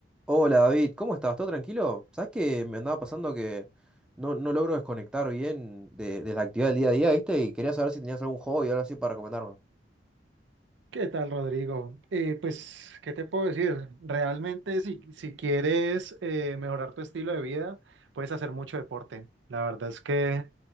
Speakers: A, in the centre; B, on the right (about 75°).
A: Hola David, ¿cómo estás? ¿Todo tranquilo? ¿Sabes que me andaba pasando que no, no logro desconectar bien de, de la actividad del día a día, ¿viste? Y quería saber si tenías algún hobby o algo así para recomendarme.
B: ¿Qué tal, Rodrigo? Eh, pues, ¿qué te puedo decir? Realmente, si, si quieres eh, mejorar tu estilo de vida, puedes hacer mucho deporte. La verdad es que